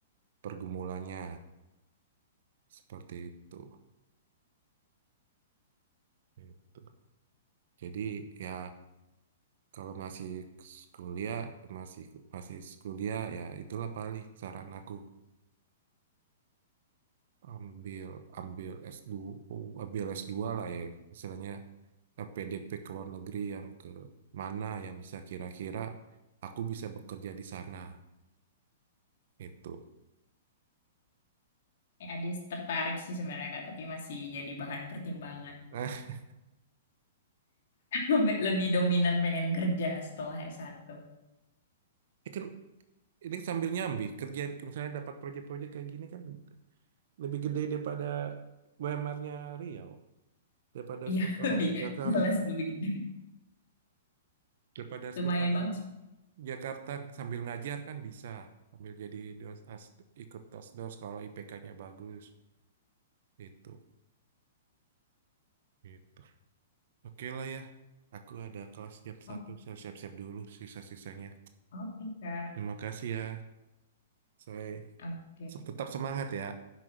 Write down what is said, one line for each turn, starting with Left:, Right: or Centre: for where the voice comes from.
Right: pergumulannya seperti itu. Itu. Jadi ya kalau masih kuliah, masih masih kuliah ya itulah paling saran aku ambil ambil s dua ambil s dua lah ya istilahnya eh, PDP ke luar negeri yang ke mana yang bisa kira-kira aku bisa bekerja di sana itu.
Left: Eh, Adis tertarik sih sebenarnya, Kak, tapi masih jadi bahan pertimbangan.
Right: Eh,
Left: <laughs> Lebih lebih dominan pengen kerja setelah s satu
Right: <laughs> ini kan ini sambil nyambi kerja misalnya dapat proyek-proyek kayak gini kan lebih gede daripada UMR-nya Riau daripada harus
Left: Iya, <laughs>
Right: bertarung
Left: lebih
Right: di Jakarta
Left: jelas, lebih gede.
Right: daripada harus
Left: Lumayan
Right: bertarung
Left: banget.
Right: di Jakarta sambil ngajar kan bisa sambil jadi dos as, ikut dos kalau IPK-nya bagus itu gitu oke lah ya aku ada kelas jam
Left: Oh,
Right: satu saya siap-siap dulu sisa-sisanya
Left: oke, Kak.
Right: Terima kasih ya. Saya
Left: Oke.
Right: tetap semangat ya.